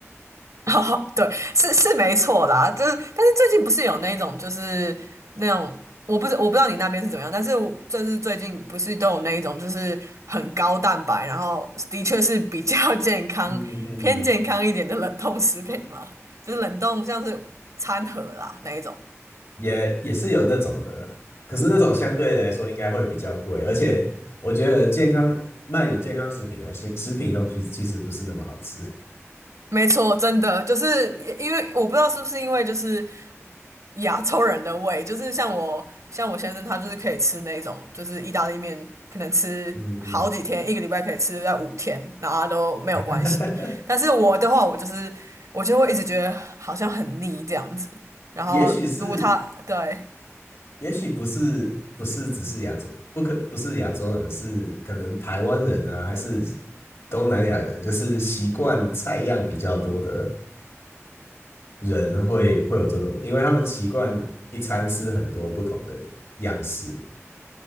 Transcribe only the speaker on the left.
<laughs> 嗯嗯，
也也是有那种的，可是那种相对来说应该会比较贵，而且我觉得健康卖你健康食品的食食品都其其实不是那么好吃。
嗯嗯，
<laughs>
也许是，也许不是不是只是亚洲，不可不是亚洲人，是可能台湾人啊，还是东南亚人，就是习惯菜样比较多的人会会有这种，因为他们习惯一餐吃很多不同的样式。